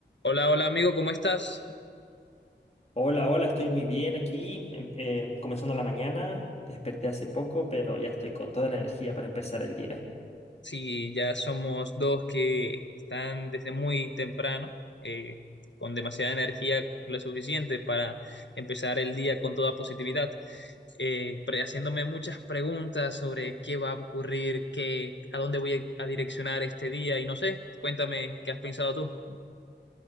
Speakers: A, on the left; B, on the left.
A: Hola, hola amigo, ¿cómo estás?
B: Hola, hola, estoy muy bien aquí, em- em, comenzando la mañana, desperté hace poco, pero ya estoy con toda la energía para empezar el día.
A: Sí, ya somos dos que están desde muy temprano, eh, con demasiada energía, lo suficiente para empezar el día con toda positividad, eh, pre- haciéndome muchas preguntas sobre qué va a ocurrir, qué, a dónde voy a, a direccionar este día y no sé, cuéntame qué has pensado tú.